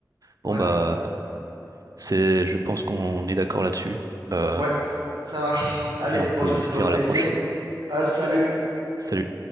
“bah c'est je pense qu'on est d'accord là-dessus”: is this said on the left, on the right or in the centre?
Right